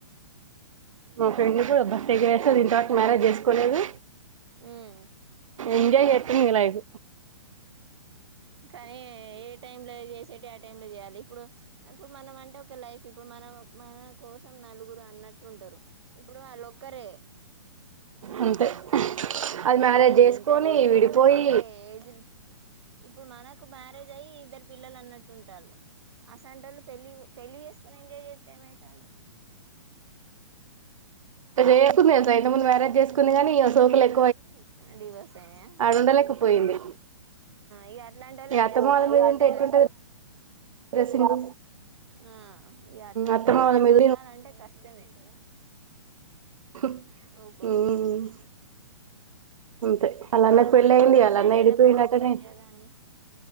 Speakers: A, on the right (about 90°); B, on the right (about 55°).
A: మా ఫ్రెండ్స్ అబ్బా మస్త్ ఎంజాయ్ అసలు ఇంతవరకు మ్యారేజ్ చేసుకోలేదు
B: హ్మ్
A: ఎంజాయ్ చేస్తుంది నీ లైఫ్
B: కానీ ఏ టైమ్ లో ఏది చేసిటియి ఆ టైమ్ లో చేయాలి ఇప్పుడు ఇప్పుడు మనం అంటే ఇంక లైఫ్ ఇప్పుడు మనం మన కోసం నలుగురు అన్నట్టు ఉంటరు. ఇప్పుడు వాళ్ళు ఒక్కరే
A: అంతే అది
B: ఏదాది
A: మ్యారేజ్ చేసుకొని
B: దినికైనా లిమిట్
A: విడిపోయి
B: ఉంటదిలే ఏజ్ ఇప్పుడు మనకు మ్యారేజ్ అయ్యి ఇద్దరు పిల్లలు అన్నట్టు ఉంటాళ్ళు అసంటోళ్ళు పెళ్ళి పెళ్ళి చేసుకొని ఎంజాయ్ చేత్తె ఏమైతాంది.
A: ఎట్టా చేసుకుంది తెల్సా ఇంత ముందు మ్యారేజ్ చేసుకుంది గాని సోకులు ఎ
B: డివర్స్ అయినాయా
A: ఉండలేకపోయింది
B: ఇగ అట్లాంటోళ్ళు
A: ఇగ
B: అడ్జస్ట్
A: అత్తమ్మ వాళ్ళ
B: కావాలంటే
A: మీద ఉంటే ఎట్లుంటది
B: కష్టం
A: డ్రెస్సింగ్
B: ఆ ఇగ అట్లాంటోళ్ళు
A: అత్తమ్మ వాళ్ళ
B: అడ
A: మీద
B: ఉండాలంటే కష్టమే
A: హ్మ్
B: ఊకోరు
A: హ్మ్ అంతే అలాన్నకు
B: వాళ్ళకు
A: పెళ్ళయింది
B: కూడా
A: అలాన్న
B: ఉంటాయి కదా
A: ఎళ్ళి పోయిండు
B: పరువు
A: అట్టనే
B: మర్యాద అని